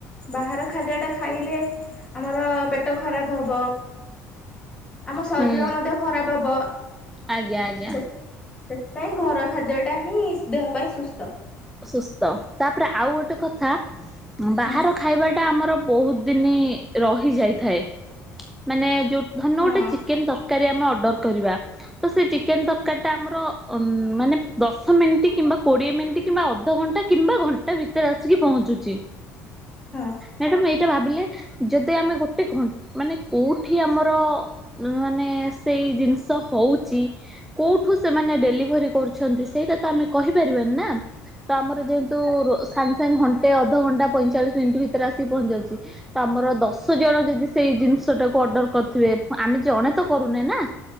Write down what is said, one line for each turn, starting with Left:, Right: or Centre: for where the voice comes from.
Left: ବାହାର ଖାଦ୍ୟ ଟା ଖାଇଲେ ଆମର ପେଟ ଖରାପ ହବ ଆମ ଶରୀର
Centre: ହୁଁ
Left: ମଧ୍ୟ ଖରାପ ହବ
Centre: ଆଜ୍ଞା ଆଜ୍ଞା।
Left: ସେ ସେଥିପାଇଁ ଘର ଖାଦ୍ୟ ଟା ହିଁ ଦେହ ପାଇଁ ସୁସ୍ଥ।
Centre: ସୁସ୍ଥ ତାପରେ ଆଉ ଗୋଟେ କଥା ବାହାର
Left: ହଁ
Centre: ଖାଇବାଟା ଆମର ବହୁତ ଦିନ ରହିଯାଇଥାଏ। ମାନେ ଯଉ ଧରିନିଅ
Left: ହଁ
Centre: ଗୋଟେ ଚିକେନ ତରକାରୀ ଆମେ ଅର୍ଡ଼ର କରିବା ସେ ଚିକେନ ତରକାରୀ ଟା ଆମର ମାନେ ଦଶ ମିନଟ ଦଶ ମିନଟ କିମ୍ବା କୋଡିଏ ମିନିଟ କିମ୍ବା ଅଧଘଣ୍ଟା କିମ୍ବା ଘଣ୍ଟାଏ ଭିତରେ ଆସିକି ପହଞ୍ଚୁଛି।
Left: ହଁ।
Centre: ମ୍ୟାଡାମ୍ ଏଇଟା ଭାବିଲେ ଯଦି ଆମେ ଗୋଟେ ଘ ମାନେ କେଉଁଠି ଆମର ମାନେ ସେଇ ଜିନିଷ ହଉଚି? କୋଉଠୁ ସେମାନେ ଡେଲିଭରି କରୁଛନ୍ତି, ସେଇଟା ତ ଆମେ କହି ପାରିବାନି ନା? ତ ଆମର
Left: ନା
Centre: ଯେହେତୁ ରୋ ସାଙ୍ଗ୍ ସାଙ୍ଗ୍ ଘ ଅଧଘଣ୍ଟା ପଇଁଚାଳିଶ ମିନିଟ୍ ଭିତରେ ଆସିକି ପହଞ୍ଚି ଯାଉଛି। ତ ଆମର ଦଶ ଜଣ ଯଦି ସେଇ ଜିନିଷ ଯୋଉଟାକୁ ଅଡର୍ କରୁଥିବେ। ଆମେ ଜଣେ ତ କରୁନେ ନା।